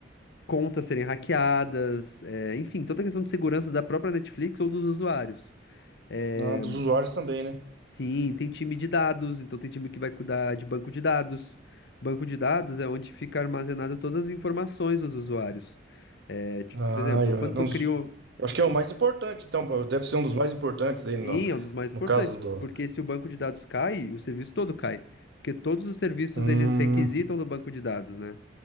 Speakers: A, on the left; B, on the right.
A: contas serem hackeadas. eh, enfim, toda a questão de segurança da própria Netflix ou dos usuários. Eh,
B: ah, dos usuários também, né?
A: Sim, tem time de dados, então tem time que vai cuidar de banco de dados. Banco de dados é onde fica armazenado todas as informações dos usuários. É, tipo,
B: Ah,
A: por exemplo,
B: eu,
A: quando
B: não-
A: tu
B: eu
A: cria um...
B: acho que é o mais importante, então, pô, deve ser um dos mais importantes aí no,
A: Sim, é um dos mais
B: no
A: importantes,
B: caso do.
A: porque se o banco de dados cai, o serviço todo cai, porque todos os serviços
B: Hum,
A: eles requisitam do banco de dados, né?